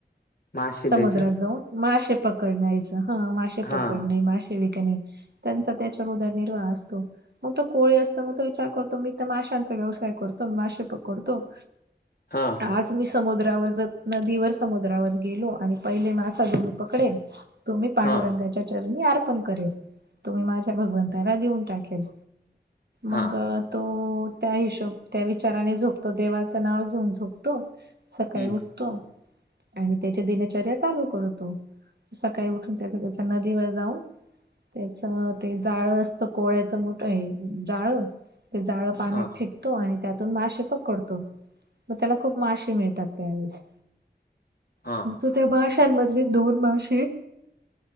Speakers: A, on the left; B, on the right.
A: मग आज शिजायचं
B: समुद्रात जाऊन मासे पकडण्याच. ह मासेे
A: हा
B: पकडणे. मासे नाही त्यांचा त्याच्यावर उदरनिर्वाह असतो. मग तो कोळी असतो मग तो विचार करतो. मी तर माशांचा व्यवसाय करतो. मासे पकडतो.
A: हा
B: आज मी समुद्रावर ज नदीवर समुद्रावर गेलो आणि पहिले मासा जो मी पकडेन तो मी पांडुरंगाच्या
A: हा
B: चरणी अर्पण करेल. तो मी माझ्या भगवंताला देऊन टाकेल.
A: हा
B: मग तो त्या हिशोब त्या विचाराने झोपतो. देवाच नाव घेऊन झोपतो. सकाळी
A: हम्म.
B: उठतो आणि त्याच्या दिनचर्या चालू करतो. सकाळी उठून त्याचा त्याचा नदीवर जाऊन त्याच ते जाळ असत कोळ्याच मोठ हे जाळ ते जाळ पाण्यात
A: हां,
B: फेक तो आणि त्यातून मासे पकडतो. मग त्याला खूप मासे मिळतात त्यावेळेस.
A: हा
B: मग तो त्या माशांमधले दोन मासे